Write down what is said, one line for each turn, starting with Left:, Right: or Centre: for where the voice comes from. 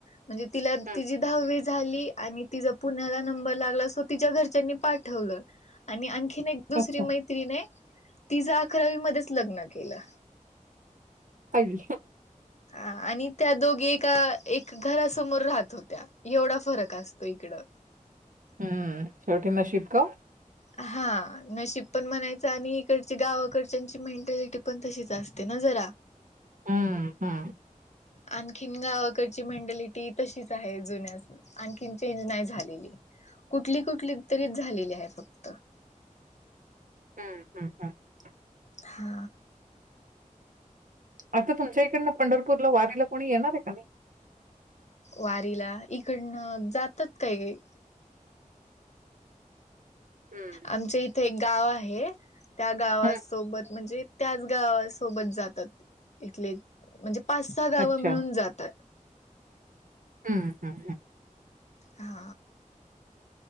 Left: म्हणजे तिला
Right: हं.
Left: तिजी दहावी झाली आणि तिजा पुण्याला नंबर लागला सो तिच्या घरच्यांनी पाठवलं आणि आणखी कीन एक दुसरी
Right: अच्छा.
Left: मैत्रीण ये तिंज् अकरावी मध्येच लग्न केलं
Right: आई..
Left: हा आणि त्या दोघी एका एक घरासमोर राहत होत्या एवढा फरक असतो इकडं ह
Right: हम्म शेवटी नशीब का
Left: हा नशीब पण म्हणायचं आणि इकडची गावाकडच्यांची मेंट्यालिटी पण तशीच असते ना जरा
Right: हा हा
Left: आणखीन गावाकडची मेंटलिटी तशीच आहे जुन्या आणखीन चेंज नाही झालेली. कुठली कुठली तरीच झालेली आहे फक्त
Right: हम्म हम्म हम्
Left: हा
Right: आता तुमच्या इकडनं पंढरपूरला वारीला कोणी येणार आहे का नाही.
Left: वारीला इकडनं जातात काही
Right: हं,
Left: आमच्या इथे एक गाव आहे त्या गावासोबत
Right: हं.
Left: म्हणजे त्याच गावासोबत जातात इथले म्हणजे पाच सहा गावं
Right: अच्छा.
Left: मिळून जातात.
Right: हम्म हम् हम्
Left: हा